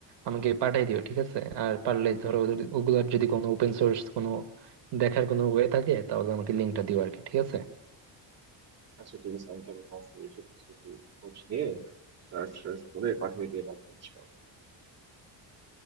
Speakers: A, on the right; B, on the right.
A: আমাকে পাঠাই দিও ঠিক আছে আর পারলে ধরো ওদের- ওগুলার যদি কোনো ওপেন সোর্স কোনো দেখার কোনো ওয়ে থাকে তাহলে আমাকে লিঙ্কটা দিও আর কি ঠিক আছে
B: আচ্ছা ঠিক আছে আমি তাহলে তোমাকে এইসব কিছু খোঁজ নিয়ে সার্চ সার্চ করে পাঠিয়ে দিয়ে রাখবো ইনশাআল্লাহ